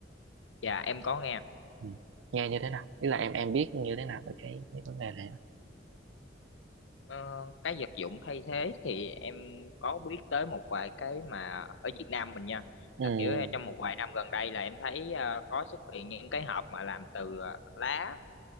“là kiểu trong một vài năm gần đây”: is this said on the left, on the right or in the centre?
Left